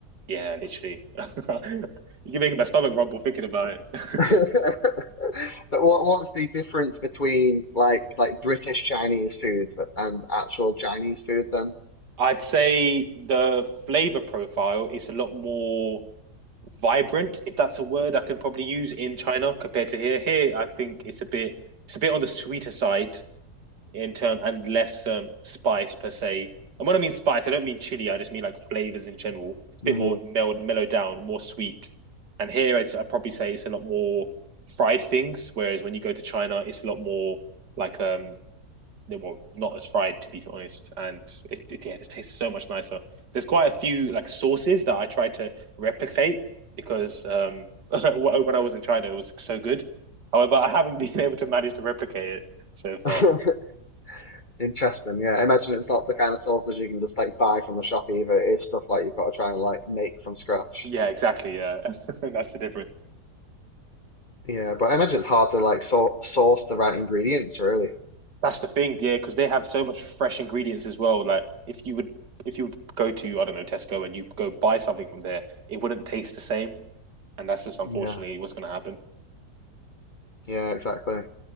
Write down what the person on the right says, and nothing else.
yeah, literally, <laughs> you're making my stomach rumble thinking about it.
<laughs>
I'd say the flavor profile is a lot more vibrant, if that's a word I can probably use in China compared to here. Here, I think it's a bit it's a bit on the sweeter side in term and less um, spice per se. And when I mean spice, I don't mean chili. I just mean like flavors in general. It's a
bit more mellowed, mellowed down, more sweet. And here, it's, I'd probably say it's a lot more fried things. Whereas when you go to China, it's a lot more like um they well, not as fried to be honest, and it, it, yeah, it tastes so much nicer. There's quite a few like sauces that I tried to replicate because um <laughs> when I was in China, it was so good. However, I haven't <laughs> been able to manage to replicate it so far.
Yeah, exactly. Yeah, <laughs> that's the difference.
That's the thing. Yeah, because they have so much fresh ingredients as well. Like if you would if you would go to I don't know Tesco and you go buy something from there, it wouldn't taste the same. And that's just unfortunately
what's going to happen.